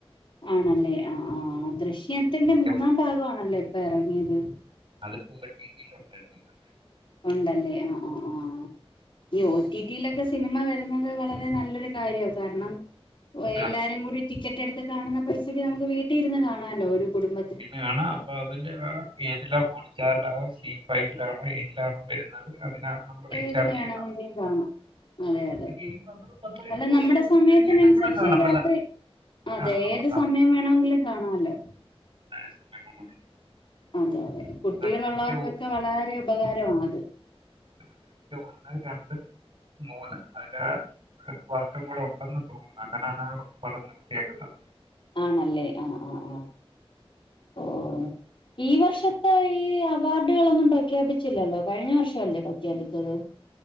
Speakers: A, on the left; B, on the right.
A: ആണല്ലേ ആ ഹ്ആ ദൃശ്യത്തിന്റെ
B: സത്യം
A: മൂന്നാം ഭാഗം ആണല്ലോ ഇപ്പൊ ഇറങ്ങിയത്
B: അത്പ്പോ ഒറ്റിറ്റിൽ ഉണ്ടായിരുന്നു അത്
A: ഉണ്ടല്ലേ ആഹ് ആഹ് ആഹ് ഈ ഒറ്റി റ്റി യിലൊക്കെ സിനിമ വരുന്നത് വളരെ നല്ലൊരു കാര്യണ് കാരണം ഓ
B: ആ
A: എല്ലാരും കൂടി ടിക്കറ്റ് എടുത്ത് കാണുന്ന പൈസക്ക് നമുക്ക് വീട്ടില് ഇരുന്ന് കാണാല്ലോ ഒരു കുടുംബ
B: ഇരുന്ന് കാണാം അപ്പ അതിന്റെ ഏതില ഹോട്ട് സ്‌റ്റാറിലാണോ സി ഫൈവിലാണോ ഏതിലാണോ വരുന്നത് അത് കാണണ് ങ്കിൽ റീചാർജ്
A: ഏതില് വേണമെങ്കിലും
B: ചെയ്യണം
A: കാണാം അതെ അതെ
B: റീചാർജ് ചെയ്യുമ്പോൾ അത് പത്തോ ഇരുന്നൂറ്
A: അല്ല നമ്മുടെ
B: രൂപ കൊടുത്തു
A: സമയത്തിനനുസരിച്ച്
B: കഴിഞ്ഞാൽ എല്ലാം കൂടെ കാണാം
A: രാത്രി
B: പല
A: അതെ
B: ആ നമ്മുടെ
A: ഏത് സമയം വേണമെങ്കിലും കാണാല്ലോ
B: ഏത് സമയം വേണോങ്കി ൽ
A: അതെ അതെ കുട്ടികളുള്ളവർക്കൊക്കെ
B: ദൃശ്യം
A: വളരെ ഉപകാരമാ അത്
B: ദൃശ്യംഒന്ന് രണ്ട് മൂന്ന് അന്നട്ട് ഒരു പാട്ടും കൂടെ ഉണ്ടെന്ന് തോന്നുന്നു അങ്ങനാണ് പടം നിർത്തിയേക്കുന്നത്
A: ആണല്ലേ ആഹ ആ ആഹ ഓ ഈ വർഷത്തെ
B: പക്ഷെ ഒന്ന്
A: ഈ അവാർഡുകളൊന്നും പ്രഖ്യാപിച്ചില്ലല്ലോ കഴിഞ്ഞ വർഷം അല്ലേ പ്രഖ്യാപിച്ചത്